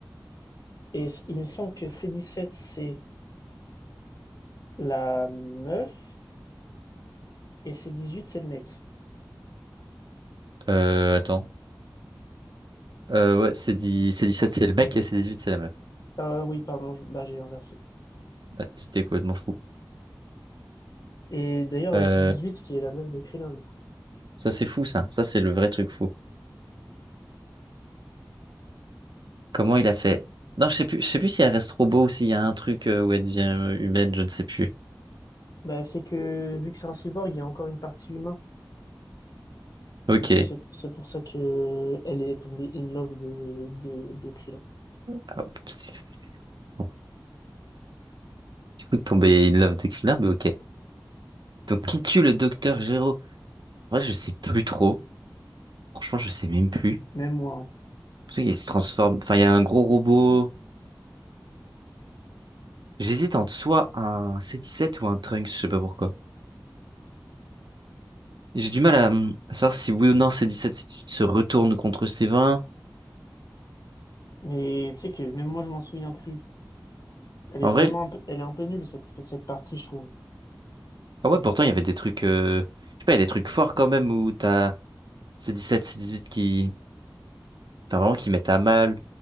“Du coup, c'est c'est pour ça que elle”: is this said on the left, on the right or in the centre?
Left